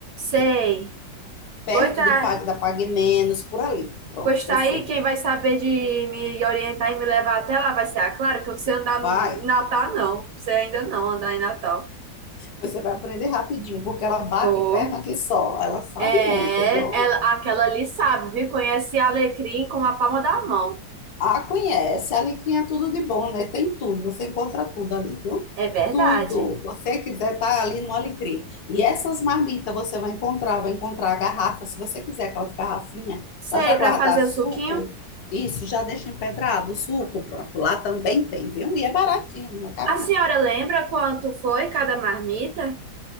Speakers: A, on the right; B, on the left.
A: Sei.
B: perto
A: Pois tá,
B: de, Pa- da Pague Menos, por ali. Pronto,
A: pois tá
B: perfeito.
A: aí, quem vai saber de me orientar e me levar até lá vai ser a Clara, que eu não sei andar
B: Vai.
A: em Natal, não. Sei ainda não andar em Natal.
B: Você vai aprender rapidinho, porque ela bate
A: Vou.
B: perna que só. Ela sabe
A: É,
B: muito, viu?
A: ela, aquela ali sabe, viu? Conhece Alecrim com a palma da mão.
B: A conhece, a alecrim é tudo de bom, né? Tem tudo, você encontra tudo ali, viu?
A: É verdade.
B: Tudo. Você quiser, tá ali no alecrim. E essas marmitas você vai encontrar, vai encontrar a garrafa, se você quiser aquelas garrafinhas,
A: Sei,
B: para já
A: para
B: guardar
A: fazer o
B: suco.
A: suquinho.
B: Isso, já deixa empedrado o suco, pronto. Lá também tem, viu? E é baratinho, não é caro
A: A senhora
B: não.
A: lembra quanto foi cada marmita?